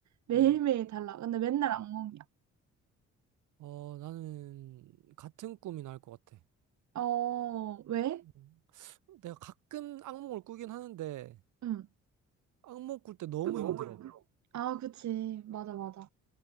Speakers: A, on the right (about 65°); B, on the right (about 80°).
A: 매일매일
B: 음.
A: 달라. 근데 맨날 악몽이야.
B: 어, 나는 같은 꿈이 나을 것 같아.
A: 어, 왜?
B: 음, 내가 가끔 악몽을 꾸긴 하는데
A: 응.
B: 악몽 꿀 때 너무
A: 그
B: 힘들어.
A: 아, 그치. 맞아, 맞아.